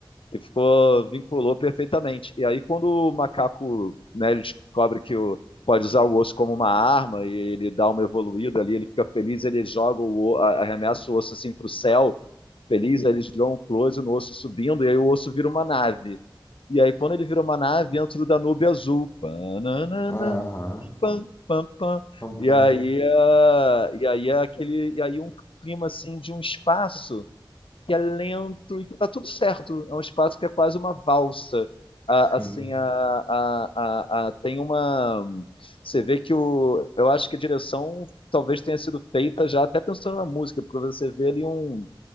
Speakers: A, on the left; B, on the left.
A: que ficou, vinculou perfeitamente. E aí, quando o macaco, né, ele descobre que o, pode usar o osso como uma arma e ele dá uma evoluída ali, ele fica feliz, ele joga o, o- a- arremessa o osso assim para o céu, feliz, aí eles dão um close no osso subindo, e aí o osso vira uma nave. E aí, quando ele vira uma nave, entra o Danúbio Azul. Pananana,
B: Aham,
A: pam, pam, pam.
B: pam,
A: E
B: pam.
A: aí, ah, e aí é aquele, e aí um clima assim de um espaço que é lento e que tá tudo certo. É um espaço que é quase uma valsa. A-
B: sim,
A: assim, a, a, a, a- tem uma. Você vê que o. Eu acho que a direção talvez tenha sido feita já até pensando na música, porque você vê ali um,